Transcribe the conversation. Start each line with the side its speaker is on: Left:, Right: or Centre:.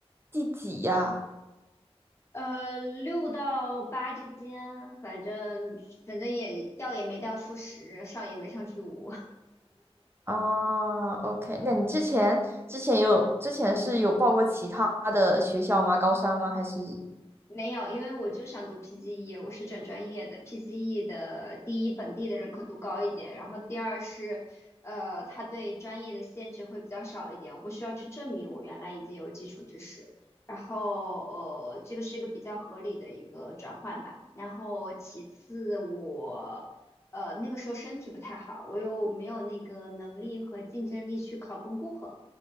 Right: 第几呀？
Left: 呃，六到八之间，反正反正也掉也没掉出十，上也没上去五，<laughs>
Right: 啊，OK。那你之前之前有之前是有报过其他的学校吗？高三吗？还是？
Left: 没有，因为我就想读 PGE，我是转专业的。PGE 的第一，本地的认可度高一点，然后第二是，呃，它对专业的限制会比较少一点，我不需要去证明我原来已经有基础知识。然后，呃，这个是一个比较合理的一个转换吧。然后其次我，呃，那个时候身体不太好，我又没有那个能力和竞争力去考公共课。